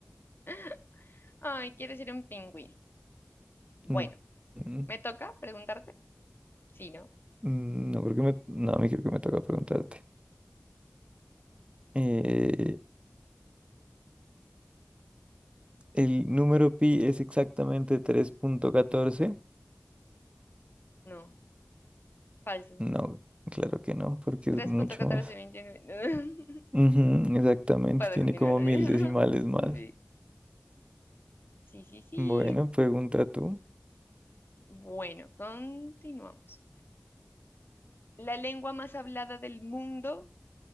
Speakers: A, on the left; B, on the right.
A: <laughs> Ay, quiero ser un pingüino. Bueno,
B: Mm, mm,
A: ¿me toca preguntarte? Sí, ¿no?
B: mm, no, creo que me... No, me creo que me toca preguntarte. Eh, ¿El número pi es exactamente tres punto catorce.
A: No, falso.
B: No, claro que no, porque es
A: 3.1429.
B: mucho más. Ujú,
A: <laughs>
B: exactamente,
A: Puedo
B: tiene
A: continuar.
B: como
A: así.
B: mil decimales más.
A: <laughs> Sí, sí, sí, sí.
B: Bueno, pregunta tú.
A: Bueno, continuamos. La lengua más hablada del mundo